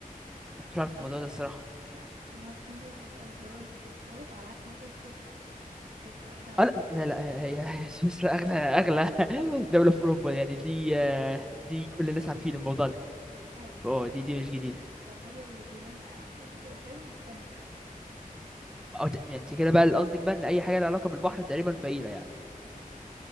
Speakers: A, in the centre; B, on the right.
A: ما كنتش عارف الموضوع
B: عارفة
A: ده الصراحه
B: لا، هما الاتنين دول أفقر الدول في أوروبا على عكس مثلا سويسرا سويسرا أغنى و...
A: اه لا لا لا هي هي <laughs> سويسرا اغلى اغلى <laughs> دوله في اوروبا يعني دي آه، دي كل الناس عارفين الموضوع ده
B: آه،
A: فاه
B: فأور-
A: دي دي مش جديده
B: فإيطاليا واليونان أفقر دول تقريبا أسبانيا كمان
A: أو ت- يعني انت كده بقى اللي قصدك بقى ان اي حاجه لها علاقه بالبحر تقريبا فقيره يعني